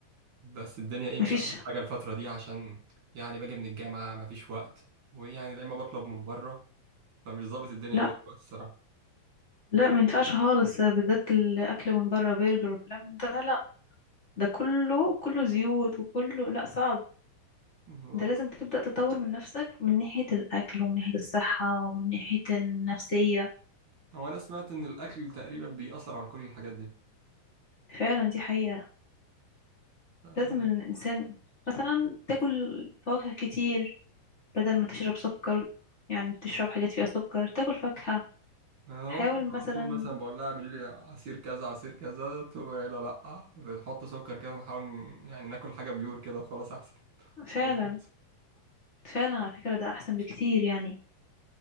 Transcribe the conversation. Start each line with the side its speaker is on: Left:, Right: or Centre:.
Right: بس الدنيا ايه
Left: مفيش
Right: مش احسن حاجة الفترة دي عشان يعني باجي من الجامعة مفيش وقت ويعني لا اما بطلب من بره فمش ظابط الدنيا
Left: لا
Right: قوي دلوقتي الصراحة
Left: لا ما ينفعش خالص بالذات الأكل من بره برجر والكلام من ده لا ده كله كله زيوت وكله لا صعب
Right: والله
Left: ده لازم تبدأ تطور من نفسك من ناحية الأكل ومن ناحية الصحة ومن ناحية النفسية
Right: هو انا سمعت ان الاكل تقريبا بيأثر على كل الحاجات دي
Left: فعلا دي حقيقة
Right: آه،
Left: لازم الإنسان مثلا تاكل فواكه كتير بدل ما تشرب سكر يعني تشرب حاجات فيها سكر تاكل فاكهة
Right: انا
Left: حاول
Right: ممكن
Left: مثلا
Right: على طول مثلا بقول لها اعملي لي عصير كذا عصير كذا تقول لا لا بنحط سكر كده نحاول يعني ناكل حاجة بيور كده وخلاص احسن
Left: فعلا
Right: مظبوط
Left: فعلا على فكرة ده أحسن بكتير يعني